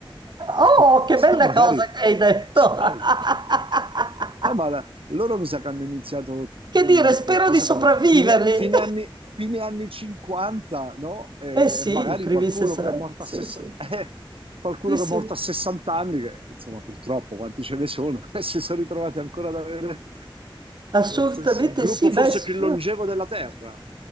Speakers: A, on the right (about 50°); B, on the right (about 80°).
A: Oh,
B: <laughs>
A: che bella
B: Sa, Magari,
A: cosa che hai detto.
B: sai.
A: <laughs>
B: No, ma la- loro mi sa che hanno iniziato mh,
A: Che dire, spero
B: qualcosa
A: di sopravviverli.
B: come f- fine, fine anni, fine anni 50, no?
A: <laughs>
B: E
A: Eh sì,
B: magari
A: i primi
B: qualcuno
A: 60,
B: che è morto
A: sì,
B: a, sessa-
A: sì,
B: <laughs> eh, qualcuno
A: sì, sì,
B: che è morto a 60 anni, che insomma purtroppo quanti ce ne sono, <laughs> e si sono ritrovati ancora ad avere
A: assolutamente
B: lo stesso- il gruppo
A: sì.
B: forse
A: Beh, s-
B: più longevo della Terra.